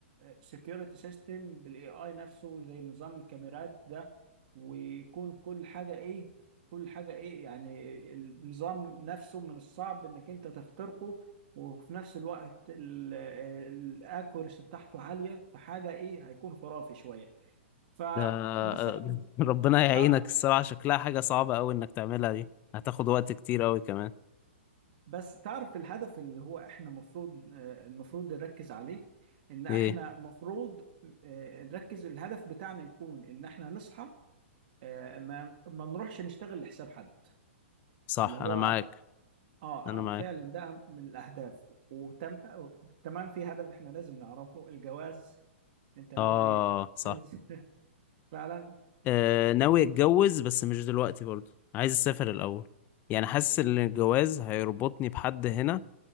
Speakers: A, on the right (about 50°); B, on the left (about 25°).
A: سكيورتي سيستم بالاي اي نفسه زي نظام الكاميرات ده ويكون كل حاجه ايه كل حاجه ايه يعني النظام نفسه من الصعب انك انت تخترقه وفي نفس الوقت الاكوريسي بتاعته عاليه فحاجه ايه هيكون خرافي شويه فمثلا
B: ده <laughs> ربنا يعينك
A: تع-
B: الصراحة شكلها حاجة صعبة أوي إنك تعملها دي هتاخد وقت كتير أوي كمان
A: بس تعرف الهدف اللي هو احنا المفروض المفروض نركز عليه ان احنا
B: إيه
A: المفروض نركز الهدف بتاعنا يكون ان احنا نصحى آه، ما ما نروحش نشتغل لحساب حد
B: صح
A: اللي هو
B: أنا معاك
A: اه
B: أنا معاك
A: اه فعلا ده من الاهداف وتم تمام في هدف احنا لازم نعرفه الجواز انت ناوي
B: آه
A: تتجوز
B: صح
A: <laughs> فعلا
B: آه ناوي أتجوز بس مش دلوقتي برضه عايز أسافر الأول يعني حاسس إن الجواز هيربطني بحد هنا